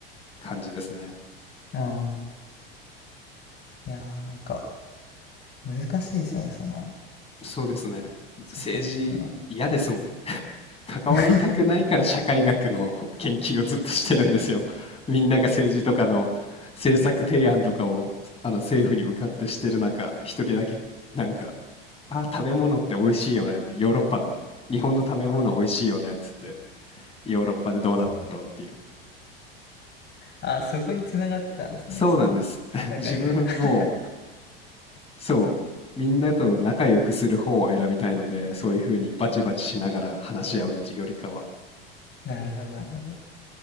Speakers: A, on the left; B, on the left.
A: 感じですね。
B: うん。ああ。いやー、なんか、難しいですよね、その、
A: そうですね。
B: そこの部分は。
A: 政治嫌ですもん。関わりたくないから社会学の研究をずっとしてるんですよ。
B: <laughs>
A: みんなが政治とかの政策提案とかをあの政府に向かってしてる中、一人だけなんか、あ、食べ物って美味しいよねって、ヨーロッパの、日本の食べ物美味しいよねっつって、ヨーロッパでどうなってんだろうっていう。
B: あ、そこにつながってたんですね、
A: そうなんです。
B: その、
A: <laughs>
B: 社会学。
A: 自分も、
B: <laughs>
A: そう、みんなと仲良くする方を選びたいので、そういうふうにバチバチしながら話し合うっていうよりかは、
B: なるほど、なるほど。